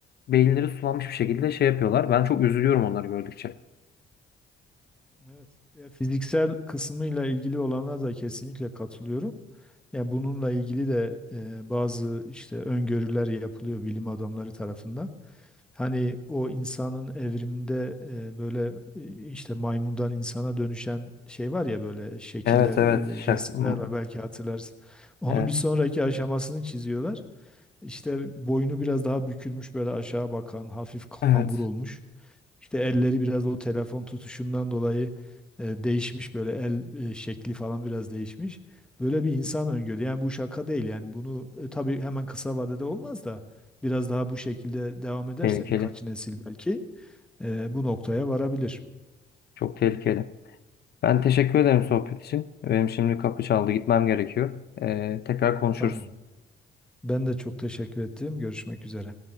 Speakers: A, on the left (about 55°); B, in the centre.
A: beyinleri sulanmış bir şekilde şey yapıyorlar. Ben çok üzülüyorum onları gördükçe.
B: Evet. Ya, Fiziksel kısmıyla ilgili olana da kesinlikle katılıyorum. Ya bununla ilgili de e, bazı işte öngörüler yapılıyor bilim adamları tarafından. Hani o insanın evriminde e, böyle e, işte maymundan insana dönüşen şey var ya böyle şekiller,
A: Evet
B: e,
A: evet şak
B: resimler
A: m-
B: var belki hatırlarsın. Onun
A: evet
B: bir sonraki aşamasını çiziyorlar. İşte boynu biraz daha bükülmüş böyle aşağı bakan hafif kambur
A: evet
B: olmuş. İşte elleri biraz o telefon tutuşundan dolayı e, değişmiş böyle el e, şekli falan biraz değişmiş. Böyle bir insan öngörüyor. Yani bu şaka değil yani bunu e, tabii hemen kısa vadede olmaz da biraz daha bu şekilde devam ederse
A: tehlikeli
B: birkaç nesil belki e, bu noktaya varabilir.
A: çok tehlikeli. Ben teşekkür ederim sohbet için. Benim şimdi kapı çaldı gitmem gerekiyor. Ee, tekrar konuşuruz.
B: Tamam. Ben de çok teşekkür ettim. Görüşmek üzere.